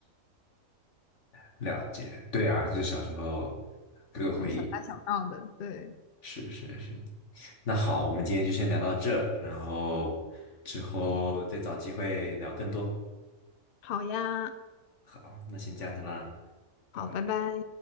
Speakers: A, on the left; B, on the left.
A: <laughs> 了解，对啊，就是小时候
B: <laughs>
A: 各个回忆，
B: 哎，小打小闹的，对，
A: 是是是。那好，我们今天就先聊到这，然后之后再找机会聊更多。
B: 好呀，
A: 好，那先这样子啦，拜拜。
B: 好，拜拜。